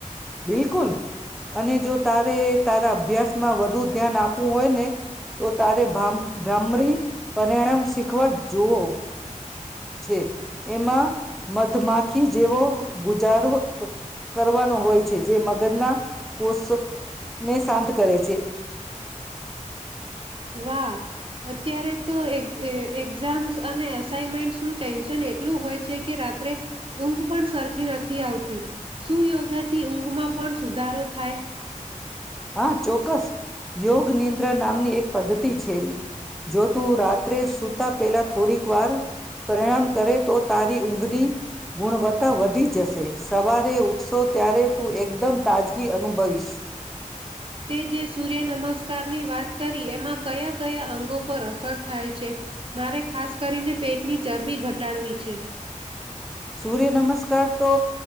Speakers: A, in the centre; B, on the right.
A: બિલકુલ અને જો તારે તારા અભ્યાસમાં વધુ ધ્યાન આપવું હોયને તો તારે ભામ ભ્રામરી પરિણામ શીખવા જોવો. છે. એમાં મધમાખી જેવો ગુજારો ક કરવાનો હોય. મગજના કોષ ને શાંત કરે છે.
B: વાહ! અત્યારે તો એ એ એક્ઝામ્સ અને અસાઇમેન્ટનું ટેન્શન એટલું હોય છે કે રાત્રે ઊંઘ પણ સરખી નથી આવતી. શું યોગાથી ઊંઘમાં પણ સુધારો થાય.
A: હા ચોક્કસ યોગ નિદ્રા નામની એક પદ્ધતિ છે. જો તું રાત્રે સુતા પેલા થોડીક વાર પરિણામ કરે તો તારી ઊંઘની ગુણવત્તા વધી જશે. સવારે ઉઠશ તો ત્યારે તું એકદમ તાજગી અનુભવીશ.
B: તે જે સૂર્ય નમસ્કારની વાત કરી એમાં કયા કયા અંગો પર અસર થાય છે? મારે ખાસ કરીને પેટની ચરબી ઘટાડવી છે.
A: સૂર્ય નમસ્કાર તો